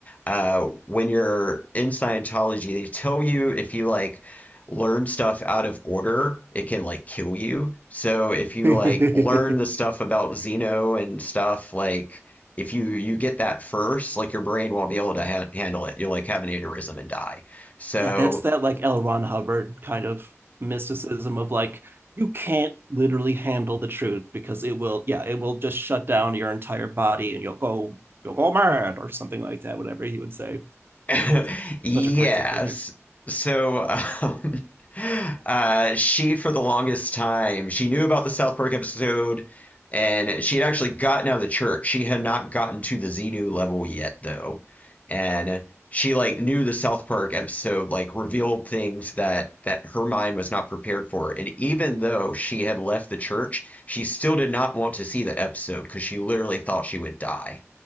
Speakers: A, on the left (about 30°); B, on the right (about 45°).
A: uh, when you're in Scientology, they tell you if you like learn stuff out of order, it can like kill you. So if you
B: <laughs> yeah,
A: like learn the stuff about Xeno and stuff, like if you you get that first, like your brain won't be able to ha handle it. You'll like have an aneurysm and die. So
B: that's that like L. Ron Hubbard kind of mysticism of like, you can't literally handle the truth because it will, yeah, it will just shut down your entire body and you'll go, you'll go mad or something like that, whatever he would say.
A: <laughs>
B: Such, a,
A: Yes.
B: such a crazy figure.
A: So, um, <laughs> uh, she, for the longest time, she knew about the South Park episode, and she had actually gotten out of the church. She had not gotten to the Xenu level yet, though. And she, like, knew the South Park episode, like, revealed things that, that her mind was not prepared for. And even though she had left the church, she still did not want to see the episode because she literally thought she would die.